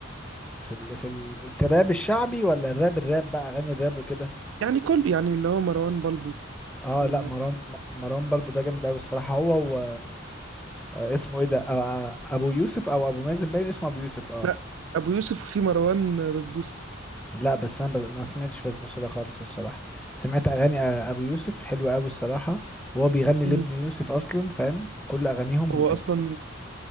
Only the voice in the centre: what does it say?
في ال... في ال- الراب الشعبي ولا الراب الراب بقى اغاني الراب وكده
اه
لا مروان مروان بلبو ده جامد قوي الصراحه هو و آه، اسمه ايه ده آه، آه، ابو يوسف او ابو مازن باين اسمه ابو يوسف اه
لا بس انا ب- ما سمعتش بسبوسه ده خالص الصراحه سمعت اغاني آه، ابو يوسف حلوه قوي الصراحه وهو بيغني
لابنه يوسف اصلا فاهم كل اغانيهم
بتبقى